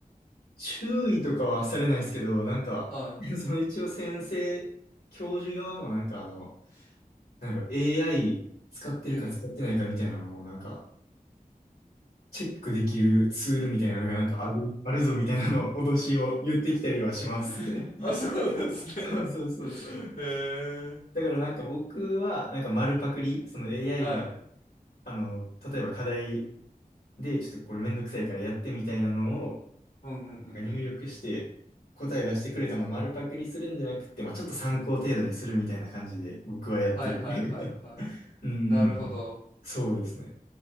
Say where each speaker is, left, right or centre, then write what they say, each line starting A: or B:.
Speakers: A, on the left (about 85°); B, on the left (about 60°).
A: 注意とかはされないですけど、なんか、
B: はい。
A: <laughs> その一応先生、教授側もなんかあの、なんだろう、AI 使ってるか使ってないかみたいなのを、
B: うん。
A: なんか、チェックできるツールみたいなのがなんかある、あるぞみたいなの脅しを言ってきたりはします。
B: <laughs> あ、
A: <laughs>
B: そうなんですね。
A: そうそうそうそう。
B: <laughs> へえ。
A: だからなんか僕は、なんか丸パクリ、その AI
B: はい。
A: が、あの、例えば課題で、ちょっとこれめんどくさいからやってみたいなのを、
B: うんうんうんうん。
A: なんか入力して、答え出してくれたのを丸パクリするんじゃなくて、まあちょっと参考程度にするみたいな感じで僕はやってる。
B: はいはいはいはい。
A: <laughs> うんうんうん。
B: なるほど。
A: そうですね。